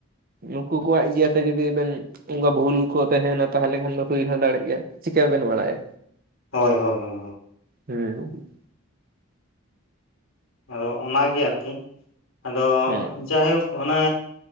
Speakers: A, on the right; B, on the left.
A: ᱱᱩᱠᱩ ᱠᱚᱣᱟᱜ ᱤᱭᱟᱹᱛᱮ ᱡᱩᱫᱤ ᱵᱮᱱ ᱚᱱᱠᱟ ᱵᱷᱩᱞ ᱠᱚ ᱛᱟᱦᱮᱱᱟ ᱛᱟᱦᱚᱞᱮ ᱠᱷᱟᱱ ᱫᱚ ᱦᱩᱭ ᱦᱚᱸ ᱫᱟᱲᱮᱜ ᱜᱮᱭᱟ ᱪᱤᱠᱟᱹ ᱵᱮᱱ ᱵᱟᱲᱟᱭᱟ
B: ᱦᱳᱭ ᱦᱳᱭ ᱦᱳᱭ
A: ᱦᱩᱸ
B: ᱟᱫᱚ ᱚᱱᱟᱜᱮ ᱟᱨᱠᱤ ᱟᱫᱚ
A: ᱦᱮᱸ
B: ᱡᱟᱭᱦᱳᱠ ᱚᱱᱮ